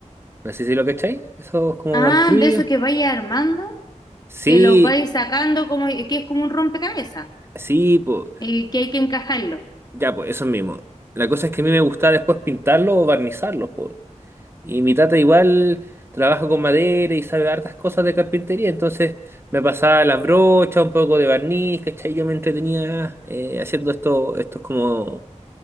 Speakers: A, on the right; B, on the left.
A: No sé si lo cacháis, esos como
B: Ah,
A: antiguos.
B: de eso que vaya armando,
A: Sí,
B: que los vais sacando como eh, que es como un rompecabezas,
A: sí, pues.
B: eh, que hay que encajarlo.
A: Ya, pues, eso mismo. La cosa es que a mí me gustaba después pintarlos o barnizarlos, pues. Y mi tata igual trabaja con madera y sabe hartas cosas de carpintería, entonces me pasaba las brochas, un poco de barniz, ¿cachai? Yo me entretenía eh, haciendo esto, estos como